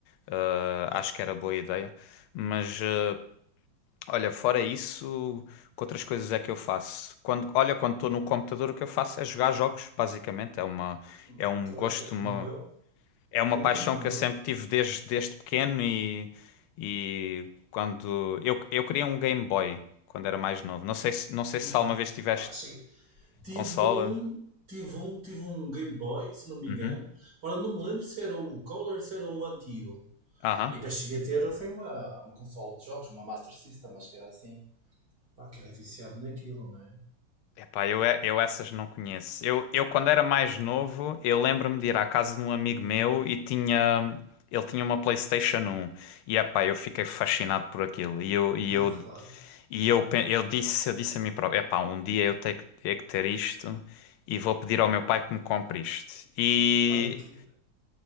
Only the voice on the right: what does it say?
Hum,
Pois,
é como
eu.
É
como
eu.
Uhum.
Ah, cheguei- Tive
um, tive um, tive um Game Boy, se não me
engano. Ora, não me lembro se era o Color, se era o antigo.
E depois cheguei a ter, foi uma, uma consola de jogos, uma Master System, acho que era assim. Pá, que era viciado naquilo, não é?
<laughs> Ah,
claro.
Olha que